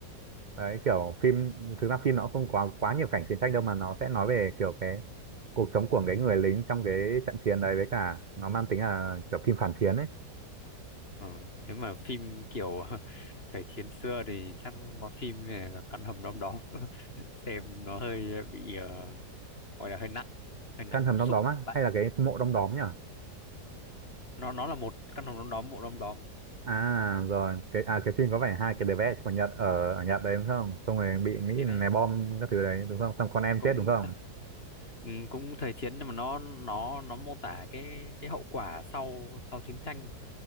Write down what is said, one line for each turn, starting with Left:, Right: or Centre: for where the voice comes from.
Right: đấy kiểu phim thực ra phim nó không quá quá nhiều cảnh chiến tranh đâu mà nó sẽ nói về kiểu cái cuộc sống của cái người lính trong cái trận chiến đấy với cả nó mang tính là kiểu phim phản chiến ấy
Left: ờ thế mà phim kiểu <laughs> thời chiến xưa thì chắc có phim à, căn hầm đom đóm <laughs> xem nó hơi bị ờ, gọi là hơi nặng hơi nặng
Right: căn hầm
Left: cảm xúc
Right: đom đóm á
Left: bạn
Right: hay là cái mộ đom đóm nhỉ
Left: nó nó là một căn hầm đom đóm bộ đom đóm
Right: à rồi cái à cái phim có vẻ hai cái đứa bé của Nhật ở ở Nhật đấy đúng không xong rồi bị
Left: Ừ,
Right: Mỹ
Left: thì
Right: ném
Left: đấy
Right: bom các thứ đấy đúng không xong con em
Left: cũng
Right: chết đúng không
Left: Ừ, cũng thời chiến nhưng mà nó nó nó mô tả cái cái hậu quả sau sau chiến tranh